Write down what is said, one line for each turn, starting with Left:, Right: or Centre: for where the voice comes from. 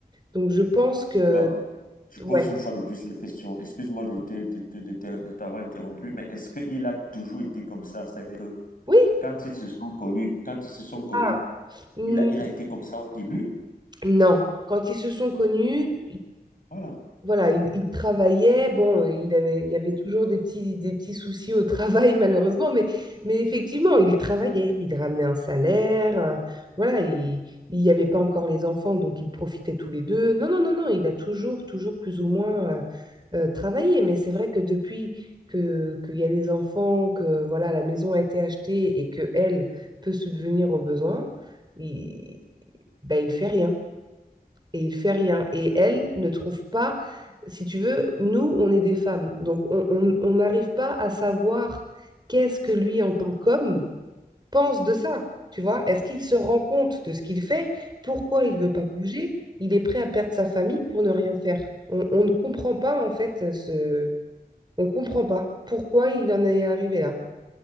Right: Donc, je pense que...
Left: Donc, je pose
Right: Ouais.
Left: une fois de plus la question. Excuse-moi de te- de te- de te- de t'avoir interrompu, mais est-ce qu'il a toujours été comme ça? C'est-à-dire que
Right: Oui.
Left: quand ils se sont connus, quand ils se sont connus,
Right: Ah. Mm,
Left: il a, il a été comme ça au début?
Right: Non. Quand ils se sont connus,
Left: Voilà.
Right: voilà, il, il travaillait. Bon, il avait, il y avait toujours des petits, des petits soucis au travail, <laughs> malheureusement, mais, mais effectivement, il travaillait. Il ramenait un salaire. euh, voilà, il il n'y avait pas encore les enfants, donc ils profitaient tous les deux. Non, non, non, non, il a toujours, toujours plus ou moins euh, euh, travaillé. Mais c'est vrai que depuis que, qu'il y a les enfants, que voilà, la maison a été achetée et que elle peut subvenir aux besoins, il, ben, il fait rien et il fait rien. Et elle ne trouve pas, si tu veux, nous, on est des femmes, donc on on- on n'arrive pas à savoir qu'est-ce que lui, en tant qu'homme, pense de ça. Tu vois, est-ce qu'il se rend compte de ce qu'il fait? Pourquoi il veut pas bouger? Il est prêt à perdre sa famille pour ne rien faire. On, on ne comprend pas, en fait, ce... On comprend pas pourquoi il en est arrivé là.